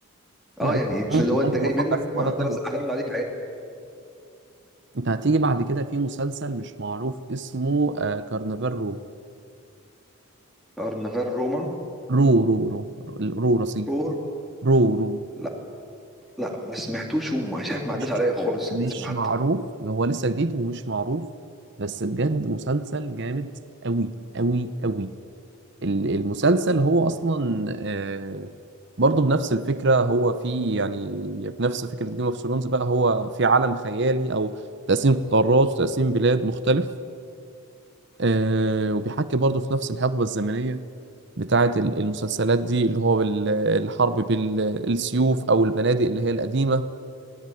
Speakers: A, on the right (about 55°); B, in the centre.
A: لا
B: اه يعني
A: ممكن
B: اللي هو انت
A: ممكن
B: جاي
A: افكر
B: منك
A: فيه
B: وانا
A: مره
B: اقدر
A: تانية
B: أس- اعتمد عليك عادي
A: انت هتيجي بعد كده في مسلسل مش معروف اسمه آه، كارنفال رو
B: كارنفال روما
A: رو رو رو رو رصيف
B: رور
A: رو رو
B: لا لا ما سمعتوش ومش عارف ما
A: مش
B: عداش عليا خالص
A: مش
B: الاسم حتى
A: معروف هو لسه جديد ومش معروف بس بجد مسلسل جامد أوي أوي أوي ال- المسلسل هو أصلا آه، برضه بنفس الفكرة هو في يعني بنفس فكرة جيم اوف ثرونز بقى هو في عالم خيالي أو تقسيم قارات وتقسيم بلاد مختلف آه، وبيحكي برضه في نفس الحقبة الزمنية بتاعة ال- المسلسلات دي اللي هو ال- الحرب بالسيوف أو المبادئ اللي هي القديمة